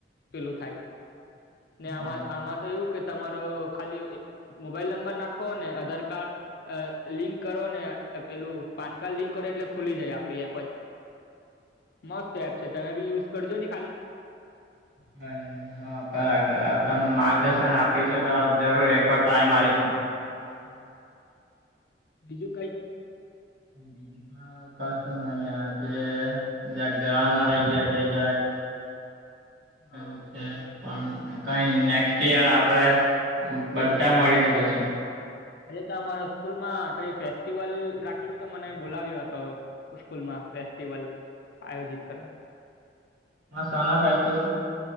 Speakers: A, on the left; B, on the right.
A: પેલું થાય ને
B: હા
A: આમાં આમાં તો એવું કે તમારો ખાલી મોબાઈલ નંબર નાખો ને આધાર કાર્ડ અ લિંક કરો ને પેલું પાન કાર્ડ લિંક કરે એટલે ખુલી જાય આપડી એપ જ મસ ત એપ છે તમે બી યુઝ કરજો ને ખાલી
B: હ હા કરા કર તમે માર્ગદર્શન આપ્યું છે તો જરૂર એકવાર ટ્રાય મારીશ
A: હા બીજું કઈક
B: <inaudible> હા કશું નહી આજે જક જવાના રહી ગયા તે જરાક
A: હા
B: અછા પણ કઈ નેક્સ્ટ યર આપડે બધા મળીને જશું
A: આજે તો અમારા સ્કૂલ માં કઈ ફેસ્ટિવલ રાખલું તો મને બોલાવ્યો હતો સ્કૂલમાં ફેસ્ટિવલ આયોજિત કરવા
B: સના ફેસ્ટિવલ